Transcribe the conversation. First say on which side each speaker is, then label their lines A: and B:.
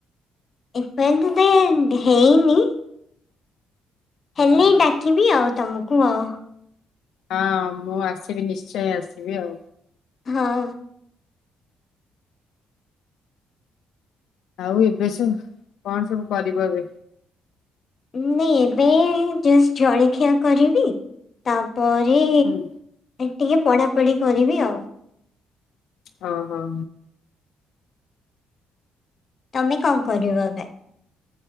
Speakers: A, on the left; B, on the left.
A: ଏବେ ତ ଏବେ ହେଇନି। ହେଲେ
B: ହଁ ହଁ
A: ଡାକିବି ଆଉ ତମକୁ ଆଉ।
B: ଅ ମୁଁ ଆସିବି ନିଶ୍ଚୟଁ ଆସିବି ଆଉ।
A: ହଁ।
B: ଆଉ ଏବେ ସବ କଣ ସବୁ କରିବ ଏବେ।
A: ନେ ଏବେ ଜଷ୍ଟ ଜଳଖିଆ କରିବି ତାପରେ
B: ହୁଁ
A: ଟିକେ ପଢାପଢି କରିବି ଆଉ।
B: ହଁ ହଁ।
A: ତମେ କଣ କରିବ ଏବେ?